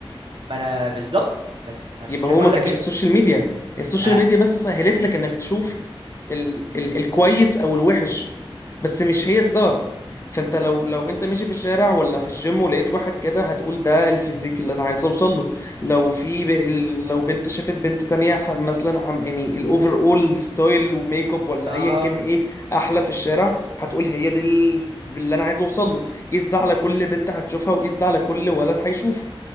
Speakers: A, on the right; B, on the left.
A: ما انا بالظبط بس عشان
B: يبقى
A: كده
B: هو
A: بقول
B: ما كانش
A: لك ان
B: السوشيال ميديا هي السوشيال
A: ما...
B: ميديا بس سهلت لك انك تشوف ال ال الكويس او الوحش بس مش هي السبب فانت لو لو انت ماشي في الشارع ولا في الجيم ولقيت واحد كده هتقول ده الفيزيك اللي انا عايز اوصل له لو في ب... ال- لو بنت شافت بنت تانية ح- مثلا عم يعني الاوفر اول ستايل وميك اب ولا
A: آه...
B: ايا كان ايه احلى في الشارع هتقول هي دي ال- اللي انا عايز اوصل له قيس ده على كل بنت هتشوفها وقيس ده على كل ولد هيشوفه